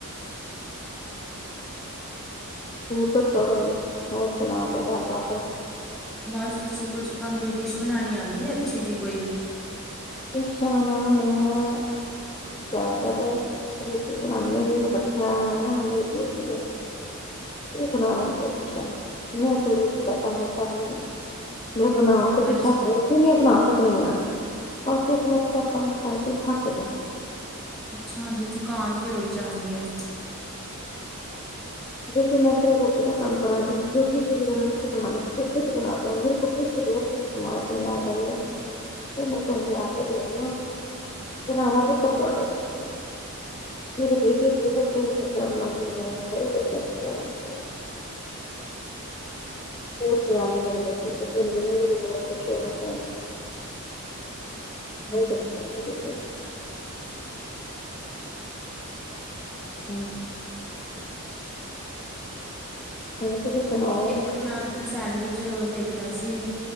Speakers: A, on the left; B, in the centre.
A: ਹੋਰ ਦੱਸੋ ਬਾਈ, ਹੋਰ ਸੁਣਾਓ, ਕੋਈ ਗੱਲਬਾਤ।
B: ਬਸ ਤੁਸੀਂ ਕੁਝ ਤੁਹਾਨੂੰ ਕੋਈ ਡਿਸ਼ ਬਣਾਉਣੀ ਆਉਂਦੀ ਐ ਅੱਛੀ ਜੀ ਕੋਈ।
A: ਡਿਸ਼ਾਂ ਨਾ ਮੈਂ ਜ਼ਿਆਦਾਤਰ ਰੋਟੀ ਬਣਾਣੀ ਆ ਮੇਰਾ ਬੱਚਾ ਐ ਨਾ ਮੇਰੀ ਬੇਟੀ ਐ ਉਹ ਬਣਾ ਲੈਂਦੀ ਆ ਡਿਸ਼ਾਂ। ਮੈਂ ਸਿਰਫ ਰੋਟੀ ਦਾ ਕੰਮ ਕਰ ਲੈਣੀ ਆ। ਮੈਂ ਬਣਾਵਾਂ ਤੇ ਡਿਸ਼ਾਂ
B: ਅੱਛਾ
A: ਬਹੁਤ ਸੋਹਣੀਆਂ ਬਣਾ ਸਕ ਨਹੀਂ ਆ। ਬਸ ਇਕ ਮੈਂ ਥੋੜਾ ਕੰਮ ਕਰਕੇ ਥੱਕ ਜਾਂਦੀ ਆ।
B: ਅੱਛਾ ਹਾਂਜੀ, ਥਕਾਨ ਤੇ ਹੋ ਈ ਜਾਂਦੀ ਐ।
A: ਜੇ ਤੇ ਮੈਂ ਸਿਰਫ ਰੋਟੀ ਦਾ ਕੰਮ ਕਰਾਂਗੀ। ਜੋ ਡਿਸ਼ ਵਗੈਰਾ ਤੁਸੀਂ ਬਣਾਣੀ, ਤੁਸੀਂ ਖੁਦ ਬਣਾ ਲੋ, ਮੇਰੇ ਕੋਲੋ ਪੁੱਛ ਲੋ- ਕੀ ਸਮਾਨ, ਕਿੰਨਾ ਚਾਹੀਦਾ ਹੈ। ਉਹ ਮੈਂ ਤੋਨੁ ਲਿਆ ਕੇ ਦੇ ਦੇਵਾਂਗੇ। ਬਣਾਣਾ ਪੁੱਤਰ ਤੁਹਾਡੇ ਹੱਥ ਹੈ। ਮੇਰੀ ਬੇਟੀ ਬਹੁਤ ਅੱਛੀਆਂ ਚੀਜ਼ਾਂ ਬਣਾਉਂਦੀ ਹੈ, ਬਹੁਤ ਅੱਛੀਆਂ ਚੀਜ਼ਾਂ ਬਣਾਉਂਦੀ ਹੈ। ਬਹੁਤ ਸਿਆਣੀ ਮੇਰੀ ਬੇਟੀ, ਤੁਸੀਂ ਉਹਨੂੰ ਮਿਲੋਗੇ ਤੇ ਬਹੁਤ ਖੁਸ਼ ਹੋਵੋਗੇ।
B: ਹਾਂਜੀ।
A: ਬਹੁਤ ਅੱਛੀ ਹੈ ਮੇਰੇ ਬੇਟੇ ਹਾਂਜੀ ਹੋਰ। ਤੁਸੀਂ ਸੁਣਾਓ
B: ਇੱਕ ਤੇ ਮੈਂਮ ਸੈਂਡਵਿੱਚ ਦੇਖਿਆ ਸੀ।